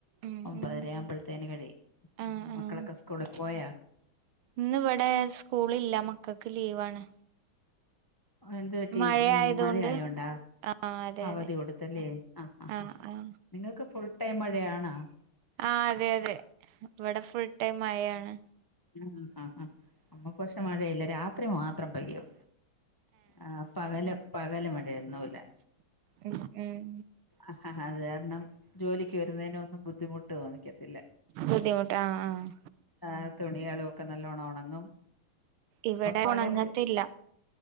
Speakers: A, on the right (about 85°); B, on the left (about 30°).
A: ഉം
B: ഒമ്പതര
A: ഉം
B: ആവ്പഴത്തേന് കഴിയും
A: ആഹ് ആഹ്
B: മക്കളൊക്കെ സ്കൂളിൽ പോയാ
A: ഇന്ന് ഇവിടെ സ്കൂളില്ല മക്കൾക്ക് ലീവാണ്
B: എന്ത് പറ്റി
A: മഴയായതുകൊണ്ട്
B: ഉം മഴയായോണ്ടാ
A: ആഹ് അതെ
B: അവധി
A: അതെ
B: കൊടുത്തല്ലേത്ത
A: ആഹ്
B: ആ
A: ആഹ്
B: നിങ്ങൾക്ക് ഫുൾ ടൈം മഴയാണോ
A: ആഹ് അതെ അതെ ഇവിടെ ഫുൾ ടൈം മഴയാണ്
B: ആഹ് ആഹ് ആഹ് നമ്മുക്ക് പക്ഷെ മഴയില്ല രാത്രി മാത്രം പെയ്യും ആഹ് പകല് പകല് മഴയൊന്നൂല
A: ഉം ഉം
B: ആഹ് അത് കാരണം ജോലിക്ക് വരുന്നതിനൊന്നും ബുദ്ധിമുട്ട് തോന്നിക്കത്തില്ല
A: ബുദ്ധിമുട്ട് ആഹ് ആഹ്
B: ആഹ് തുണികളുംക്കെ നല്ലോണം ഒണങ്ങി
A: ഇവിടെ
B: പകല്
A: ഉണങ്ങത്തില്ല